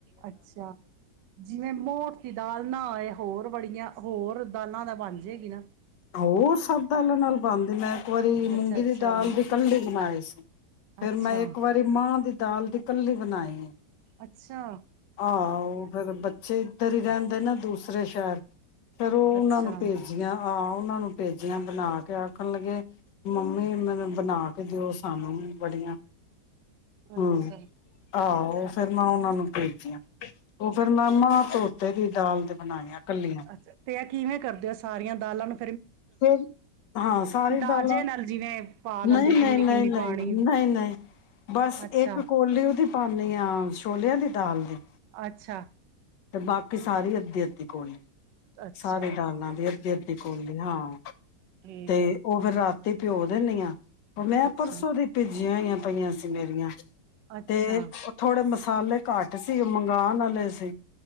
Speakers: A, on the right; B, on the left.
A: ਅੱਛਾ, ਜਿਵੇਂ ਮੋਠ ਦੀ ਦਾਲ ਨਾ ਹੋਏ ਹੋਰ ਬੜੀਆਂ ਹੋਰ ਦਾਲਾਂ ਦਾ ਬਣ ਜਾਏਗੀ ਨਾ?
B: ਹੋ ਸਭ ਦਾਲਾਂ ਨਾਲ ਬਣਦੀ ਏ, ਇੱਕ ਵਾਰੀ ਮੂੰਗੀ
A: ਅੱਛਾ ਅੱਛਾ
B: ਦੀ ਦਾਲ ਦੀ ਕੱਲੀ ਬਣਾਈ ਸੀ, ਫੇਰ
A: ਅੱਛਾ
B: ਮੈਂ ਇੱਕ ਵਾਰੀ ਮਾਂ ਦੀ ਦਾਲ ਦੀ ਕੱਲੀ ਬਨਾਇ ਏ।
A: ਅੱਛਾ।
B: ਆਓ। ਜਦੋ ਬੱਚੇ ਇੱਧਰ ਹੀ ਰਹਿੰਦੇ ਨਾ ਦੂਸਰੇ ਸ਼ਹਿਰ। ਫੇਰ ਔ
A: ਅੱਛਾ
B: ਔਨਾਂ ਨੂੰ ਭੇਜੀਆਂ ਆ ਔਨਾਂ ਨੂੰ ਭੇਜਿਆ ਬਣਾ ਕੇ ਆਖਣ ਲੱਗੇ ਮੰਮੀ ਮੈਨੂੰ ਬਣਾ ਕੇ ਦਿਓ ਸਾਨੂੰ ਬੜੀਆਂ।
A: ਅੱਛਾ
B: ਹਾਂ, ਆਓ। ਫਿਰ ਮੈਂ ਔਨਾਂ ਨੂੰ ਭੇਜੀਆਂ। ਔ ਫਿਰ ਮੈਂ ਮਾਂ ਤੋਤੇ ਦੀ ਦਾਲ ਦੇ ਬਣਾਈਆ ਕਲੀਆ
A: ਅੱਛਾ ਤੇ ਇਹ ਕਿਵੇਂ ਕਰਦੇ ਹੋ ਸਾਰੀਆਂ ਦਾਲਾਂ ਨੁੰ
B: ਫਿਰ ਹਾਂ ਸਾਰੀ
A: ਅੰਦਾਜ਼ੇ
B: ਦਾਲਾਂ
A: ਨਾਲ ਜਿਵੇਂ ਪਾ ਲੈਂਦੇ
B: ਨਹੀਂ
A: ਹੋ
B: ਨਹੀਂ
A: ਕਿੰਨੀ
B: ਨਹੀਂ
A: ਕਿੰਨੀ
B: ਨਹੀਂ,
A: ਪਾਣੀ
B: ਨਹੀਂ ਨਹੀਂ, ਬਸ
A: ਅੱਛਾ
B: ਇੱਕ ਕੋਲੀ ਔਦੀ ਭਾਨਿਆ ਛੋਲਿਆਂ ਦੀ ਦਾਲ ਦੀ?
A: ਅੱਛਾ
B: ਤੇ ਬਾਕੀ ਸਾਰੀ ਅੱਧੀ ਅੱਧੀ ਕੋਲੀ।
A: ਅੱਛਾ
B: ਸਾਰੇ ਦਾਲਾਂ ਦੇ ਅੱਧੇ ਅੱਧੀ ਦੀ ਕੋਲੀ ਹਾਂ।
A: ਠੀਕ
B: ਤੇ
A: ਹੈ
B: ਔ ਫਿਰ ਰਾਤ ਤੇ ਭਿਓ ਦਿੰਨੀ ਆਂ। ਮੈਂ
A: ਅੱਛਾ
B: ਪਰਸੋਂ ਦੀ ਭੇਜੀ ਜਿ ਹੋਈਆਂ ਪਈਆਂ ਸੀ ਮੇਰੀਆਂ
A: ਅੱਛਾ
B: ਤੇ ਉਥੋਂੜੇ ਮਸਾਲੇ ਮਸਾਲੇ ਘੱਟ ਸੀ ਉਹ ਮੰਗਉਣ ਵਾਲੇ ਸੀ।